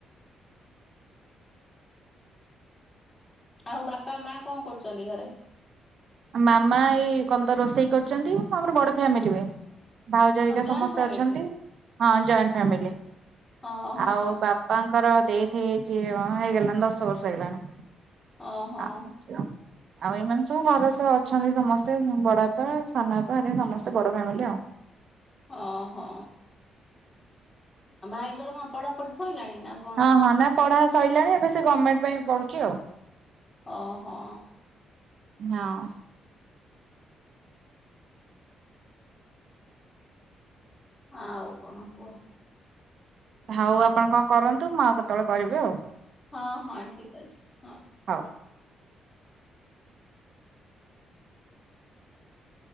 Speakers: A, on the left; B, on the right.
A: ଆଉ ବାପା ମା କଣ କରୁଚନ୍ତି ଘରେ?
B: ମାମା ଏଇ କନ୍ତ ରୋଷେଇ କରୁଚନ୍ତି। ଆମର ବଡ <unintelligible>
A: ହୁଁ
B: ଭାଉଜରିକା
A: ହଁ ଜଏଣ୍ଟ
B: ସମସ୍ତେ
A: ଫ୍ୟାମିଲି
B: ଅଛନ୍ତି। ହଁ ଜଏଣ୍ଟ ଫ୍ୟାମିଲି।
A: ଓହୋ
B: ଆଉ ବା ବାପାଙ୍କର ଦେଥ ହେଇଛି ହେଇଗଲାଣି ଦଶ ବର୍ଷ ହେଇଗଲାଣି।
A: ଓହୋ
B: ଆଉ ଆଉ ଏମାନେ ସବୁ <unintelligible> ତ ଅଛନ୍ତି ସମସ୍ତେ ବଡପା ସାନ ବାପା ଆ ସମସ୍ତେ ବଡ ଫ୍ୟାମିଲି ଆଉ।
A: ଓହୋ ଭାଇଙ୍କର କଣ ପଢାପଢି ସରିଲାଣି ନା? କଣ?
B: ହଁ ହଁ ନା ପଢା ସଇଲାଣି ଏବେ ସେ ଗମେଣ୍ଟ ପାଇଁ ପଢୁଛି ଆଉ।
A: ଓହୋ।
B: ହଁ।
A: ଆଉ କଣ କୁହ?
B: ହଉ ଆପଣ କଣ କରନ୍ତୁ ମୁଁ ଆଉ କେତେବେଳେ କରିବି ଆଉ।
A: ହଁ ହଁ ଠିକ୍ ଅଛି ହଁ।
B: ହଉ।